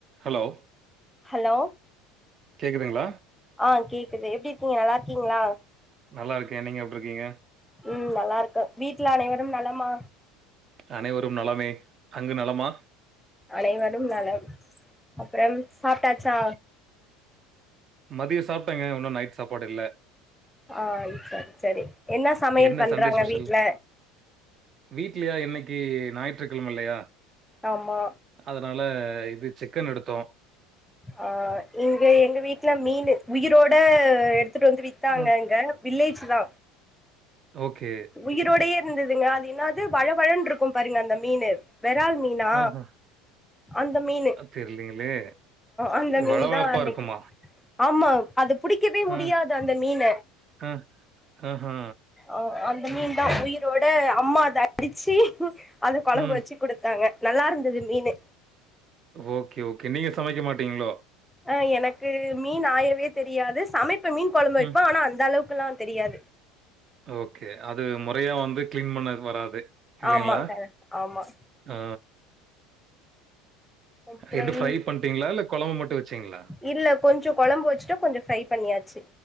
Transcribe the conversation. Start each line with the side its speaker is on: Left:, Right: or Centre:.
Right: Hello
Centre: hello
Right: கேக்குதுங்களா
Centre: ஆ கேக்குது எப்டி இருக்கீங்க நல்லா இருக்கீங்களா
Right: நல்லா இருக்க நீங்க எப்டி இருக்கீங்க
Centre: உம் நல்லா இருக்கோ வீட்ல அனைவரும் நலமா
Right: அனைவரும் நலமே அங்கு நலமா
Centre: அனைவரும் நலம் அப்புறம் சாப்டாச்சா
Right: மதியோ சாப்டங்க இன்னு நைட் சாப்பாடு இல்ல
Centre: ஆ சர் சரி என்ன சமையல்
Right: என்ன
Centre: பண்றாங்க
Right: சண்டே ஸ்பெஷல்?
Centre: வீட்ல
Right: வீட்லயா இன்னைக்கு ஞாயிற்றுக்கிழமை இல்லையா
Centre: ஆமா
Right: அதனால இது சிக்கன் எடுத்தோம்
Centre: ஆ இங்க எங்க வீட்டுல மீனு உயிரோட எடுத்துட்டு வந்து வித்தாங்க
Right: ம்.
Centre: நாங்க வில்லேஜ் தா
Right: ஓகே
Centre: உயிரோடயே இருந்ததுங்க அது என்னாது வழவழன் இருக்கும் பாருங்க அந்த மீனு வெறால் மீனா
Right: ஆஹ.
Centre: அந்த மீனு
Right: தெரியலீங்களே!
Centre: அந்த மீன்
Right: வழவழப்பா
Centre: தா அன்னைக்கு
Right: இருக்குமா?
Centre: ஆமா அது புடிக்கவே முடியாது
Right: அ,
Centre: அந்த மீன
Right: அ, ஆஹா.
Centre: அ அந்த மீன் தா உயிரோட அம்மா அத அடிச்சு அது குழம்பு
Right: ம்.
Centre: வச்சு குடுத்தாங்க நல்லா இருந்தது மீனு
Right: ஓகே ஓகே நீங்க சமைக்க மாட்டீங்களோ
Centre: ஆ எனக்கு மீன் ஆயவே தெரியாது சமைப்ப மீன் குழம்பு வைப்பே
Right: ம்.
Centre: ஆனா அந்த அளவுக்கெல்லா தெரியாது
Right: ஓகே அது முறையா வந்து கிளீன் பண்ண வராது இல்லைங்களா
Centre: ஆமா க ஆமா
Right: ஆ
Centre: அப்புறம்
Right: எது ஃப்ரை பண்டீங்ளா இல்ல கொழம்பு மட்டு வெச்சீங்ளா
Centre: இல்ல கொஞ்சோ கொழம்பு வெசிட்ட கொஞ்சோ ஃப்ரை பண்ணியாச்சு